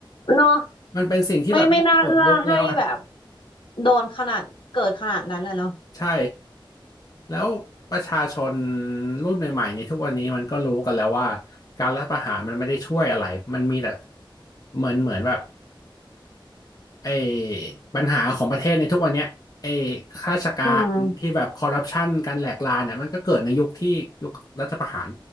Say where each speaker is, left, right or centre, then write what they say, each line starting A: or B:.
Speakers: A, on the left (about 70°); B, on the left (about 45°).
A: เนาะ
B: มันเป็นสิ่งที่แบบหมดยุคแล้วอ่ะ
A: ไม่ไม่น่าเอื้อให้แบบโดนขนาดเกิดขนาดนั้นอะเนาะ
B: ใช่ แล้วประชาชนรุ่นใหม่ๆในยทุกวันนี้มันก็รู้กันแล้วว่าการรัฐประหารมันไม่ได้ช่วยอะไร มันมีแต่เหมือนเหมือนแบบไอ้ปัญหาของประเทศในทุกวันเนี้ยไอ้ข้าราชการที่แบบคอร์รัปชันการแหลกลานเนี่ยมันก็เกิดในยุคที่ยุครัฐประหาร
A: อืม